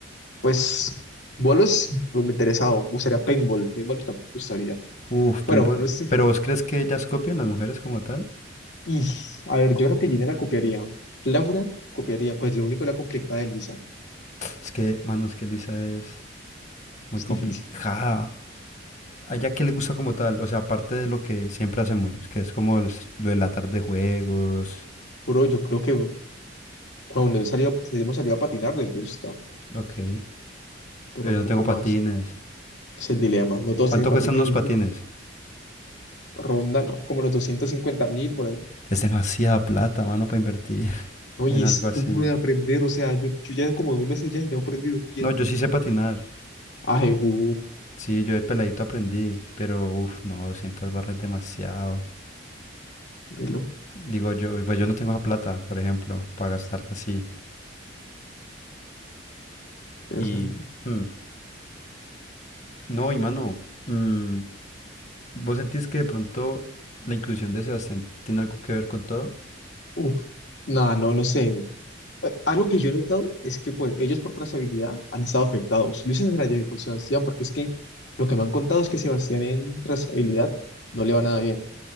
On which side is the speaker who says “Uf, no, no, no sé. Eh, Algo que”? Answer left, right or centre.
Left